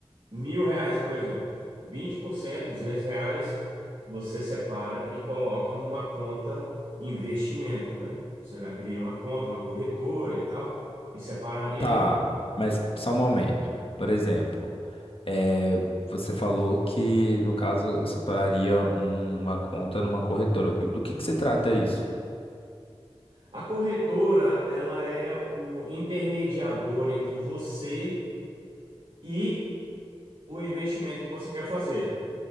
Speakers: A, on the right; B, on the left.
A: mil reais, por exemplo. vinte por cento, 200 reais, você separa e coloca numa conta investimento, né? Você abriria uma conta, uma corretora e tal, e separaria
B: Tá,
A: ali.
B: mas só um momento. Por exemplo. É, você falou que, no caso, eu separaria uma conta numa corretora. O que- Do que que se trata isso?
A: A corretora, ela é o intermediador entre você e o investimento que você quer fazer.